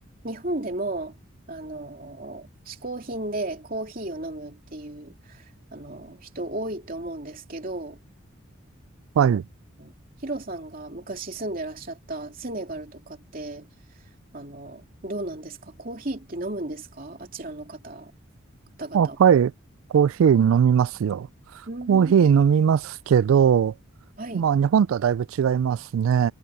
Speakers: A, on the right; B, on the right.
A: 日本でも、あの、嗜好品でコーヒーを飲むっていう、あの、人多いと思うんですけど、あの、
B: はい。
A: ヒロさんが昔住んでらっしゃったセネガルとかって、あの、どうなんですかコーヒーって飲むんですかあちらの方、方々。
B: あ、はい。コーヒー飲みますよ。
A: うーん。
B: コーヒー飲みますけど、
A: はい。
B: まあ日本とはだいぶ違いますね。